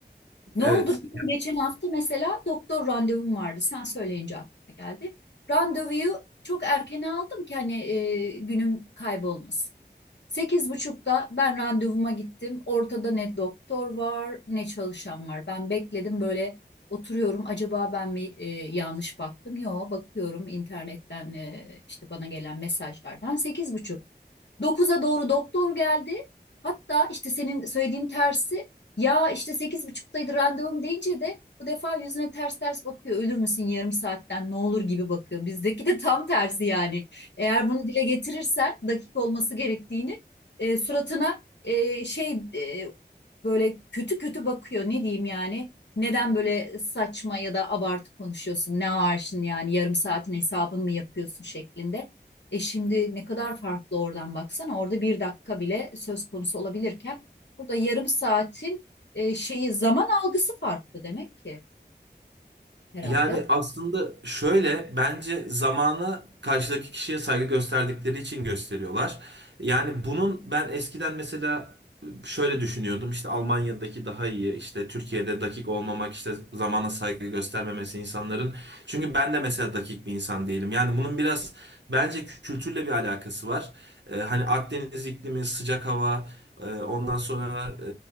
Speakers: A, on the left; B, on the right.
A: Ne
B: Evet
A: oldu? Benim geçen hafta mesela doktor randevum vardı. Sen söyleyince aklıma geldi. Randevuyu çok erken aldım ki hani e, günüm kaybolmasın. Sekiz buçukta ben randevuma gittim. Ortada ne doktor var ne çalışan var. Ben bekledim böyle oturuyorum. Acaba ben mi e, yanlış baktım? Yo bakıyorum internetten e, işte bana gelen mesajlardan. Sekiz buçuk. dokuz'a doğru doktor geldi. Hatta işte senin söylediğin tersi ya işte sekiz buçuktaydı randevum deyince de bu defa yüzüne ters ters bakıyor. Ölür müsün yarım saatten ne olur gibi bakıyor. Bizdeki de tam tersi yani. Eğer bunu dile getirirsen dakik olması gerektiğini e, suratına e, şey e, böyle kötü kötü bakıyor. Ne diyeyim yani? Neden böyle saçma ya da abartı konuşuyorsun? Ne var yani yarım saatin hesabını mı yapıyorsun şeklinde. E şimdi ne kadar farklı oradan baksana. Orada bir dakika bile söz konusu olabilirken burada yarım saatin e, şeyi zaman algısı farklı demek ki herhalde.
B: Yani aslında şöyle bence zamana karşıdaki kişiye saygı gösterdikleri için gösteriyorlar. Yani bunun ben eskiden mesela şöyle düşünüyordum işte Almanya'daki daha iyi işte Türkiye'de dakik olmamak işte zamana saygı göstermemesi insanların. Çünkü ben de mesela dakik bir insan değilim. Yani bunun biraz bence kültürle bir alakası var. Ee, hani Akdeniz iklimi, sıcak hava, e, ondan sonra e,